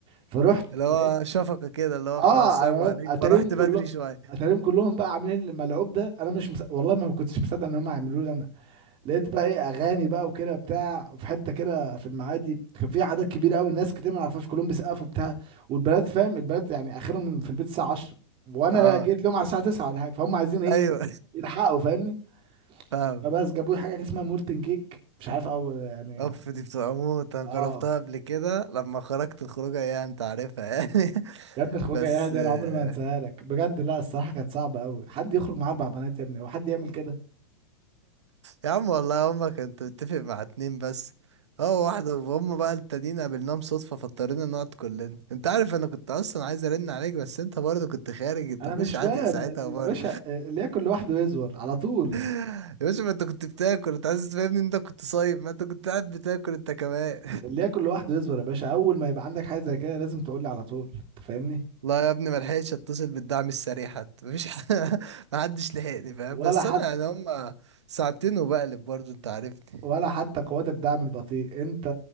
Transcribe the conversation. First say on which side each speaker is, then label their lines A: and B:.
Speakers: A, on the right; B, on the right.
A: فرحت
B: اللي هو
A: لقيت
B: شفقة كده اللي هو خلاص
A: اه
B: سلام
A: انا
B: عليك
A: اتاريهم
B: فرحت
A: كلهم
B: بدري شوية
A: اتاريهم كلهم بقى عاملين الملعوب ده انا مش مص... والله ما كنتش مصدق ان هم هيعملوا لي انا لقيت بقى ايه اغاني بقى وكده بتاع في حته كده في المعادي كان في عدد كبير قوي الناس كتير ما نعرفهاش كلهم بيسقفوا بتاع والبنات فاهم البنات يعني اخرهم من- في البيت الساعه 10 وانا
B: اه
A: جيت لهم على الساعه 9 ولا حاجه فهم عايزين ايه
B: ايوه
A: يلحقوا فاهمني
B: <laughs> فاهم
A: فبس جابوا لي حاجه اسمها مولتن كيك مش عارف اول يعني
B: اوف دي بتبقى موت انا
A: اه
B: جربتها قبل كده لما خرجت الخروجة ايه انت عارفها يعني <laughs>
A: يا ابني الخروجه
B: بس
A: يا هادي
B: آه،
A: انا عمري ما هنساها لك بجد لا الصراحه كانت صعبه قوي حد يخرج مع اربع بنات يا ابني وحد يعمل كده
B: يا عم والله هما كنت متفق مع اتنين بس هو واحدة وهم بقى التانيين قابلناهم صدفة فاضطرينا نقعد كلنا انت عارف انا كنت اصلا عايز ارن عليك بس انت برضه كنت خارج انت
A: انا
B: مكنتش
A: مش فاهم
B: عاتق ساعتها
A: يا
B: برضه
A: باشا اللي ياكل لوحده يزور على طول
B: يا باشا ما انت كنت بتاكل انت عايز تفهمني ان انت كنت صايم ما انت كنت قاعد بتاكل انت كمان
A: اللي ياكل لوحده يصبر يا باشا اول ما يبقى عندك حاجه زي كده لازم تقول لي على طول انت فاهمني
B: <laughs> لا يا ابني ما لحقتش اتصل بالدعم السريع حتى مفيش ح- <laughs> ما حدش لحقني فاهم
A: ولا
B: بس
A: حتى
B: انا يعني هم ساعتين وبقلب برضه انت عارفني
A: ولا حتى قوات الدعم البطيء انت